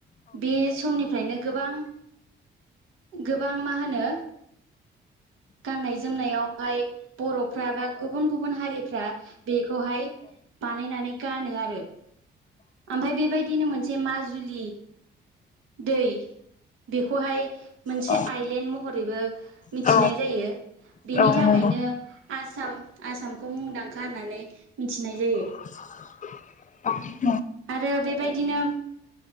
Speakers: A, on the right; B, on the left.
A: बे समनिफ्रायनो गोबां गोबां मा होनो गाननाय जोमनायावहाय बर'फ्रा बा गुबुन गुबुन हारिफ्रा बेखौहाय बानायनानै गानो आरो आमफाय बेबायदिनो मोनसे माजुलि दै बेखौहाय मोनसे
B: औ
A: आइलेण्ड महरैबो मिथिनाय
B: औ
A: जायो।
B: नंगौ
A: बेनि थाखायनो आसाम आसामखौ मुंदांखा होननानै मिथिनाय। जायो
B: <unintelligible>
A: आरो बेबायदिनो